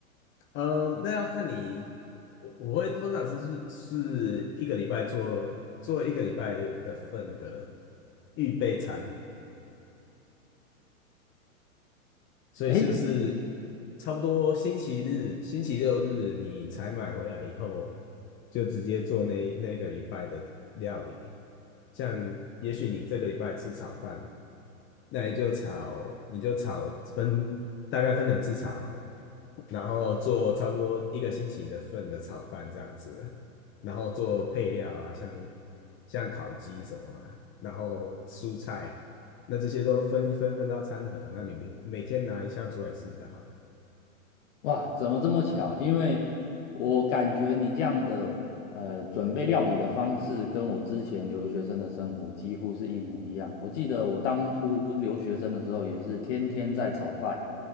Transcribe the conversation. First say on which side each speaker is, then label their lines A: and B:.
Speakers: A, on the left; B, on the left.
A: 嗯，那要看你，我我会通常是是是一个礼拜做做一个礼拜的份的预备餐，所以就是
B: 诶，
A: 差不多星期日、星期六日你采买回来以后，就直接做那那个礼拜的料理。像也许你这个礼拜吃炒饭，那你就炒，你就炒分大概分两次炒，然后做差不多一个星期的份的炒饭这样子，然后做配料啊，像像烤鸡什么啊然后蔬菜，那这些都分一分分到餐盒，那里面每天拿一项出来吃就好。
B: 哇，怎么这么巧？因为我感觉你这样的呃准备料理的方式，跟我之前留学生的生活几乎是一模一样。我记得我当初留学生的时候，也是天天在炒饭，